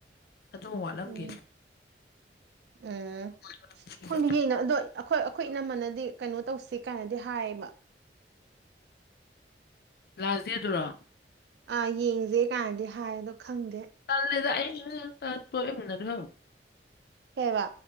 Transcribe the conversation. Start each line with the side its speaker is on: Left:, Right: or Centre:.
Left: ꯑꯗꯨ ꯃ ꯋꯥꯠꯂꯝꯒꯤꯅꯤ꯫
Right: ꯎꯝ ꯎꯝ
Left: ꯑꯣꯏꯔꯝꯅꯤꯕ
Right: ꯈꯪꯡꯗꯤ ꯌꯦꯅ ꯑꯗꯣ ꯑꯈꯣꯏ ꯑꯈꯣꯏ ꯏꯅꯝꯃꯅꯗꯤ ꯀꯩꯅꯣ ꯇꯧꯁꯤ ꯀꯥꯏꯅꯗꯤ ꯍꯥꯏꯌꯦꯕ꯫
Left: ꯂꯥꯁ ꯗꯦ ꯗꯨꯔꯣ꯫
Right: ꯑꯥ ꯌꯦꯡꯁꯦ ꯀꯥꯏꯅꯗꯤ ꯍꯥꯏ ꯑꯗꯣ ꯈꯪꯗꯦ꯫
Left: <inaudible>
Right: ꯀꯩꯕꯥ꯫